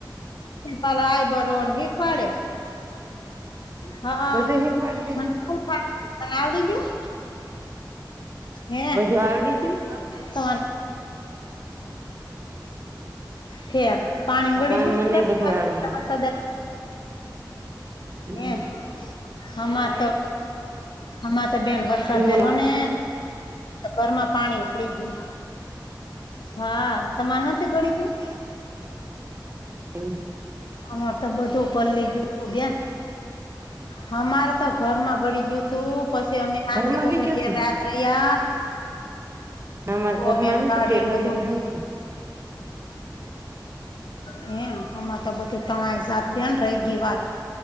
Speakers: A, on the left; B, on the right.
A: ફાલ આઈ બરોન હીખવાડે. હઅ
B: બધું શીખવાડી દીધું
A: તને આવડી ગયું? હે
B: બધું આવડી ગયું
A: તમાર ઠેક પાણી ગળી
B: હા
A: ગયુ
B: મને
A: ઘડીક
B: બધું
A: વાર
B: આવડી
A: વરસાદ
B: ગયું
A: હે હમાં તો હમા તો બેન વરસાદ
B: ધીમો
A: વેરો
B: ના
A: ને ઘરમાં પાણી. ગરી ગયું હા તમા મા નથી ગરી ગયું?
B: એવુ
A: હા, તો બધું પલળી ગયુ તું ન્યા. હમારે તો ઘરમાં ગડી ગયું તું પછી અમે હાંજે
B: ઘરમાં
A: કોકને
B: બી ગયું
A: ઘેર
B: તું
A: રાત રહ્યા
B: અમારા
A: બધ
B: ઘરમાં
A: બેન
B: નતું
A: ગાડીને
B: ગયું ફળિયામાં
A: બધું
B: એવું તું
A: હે અમાર તો બધું તણાઈ જાત દે ન રહી ગઈ વાત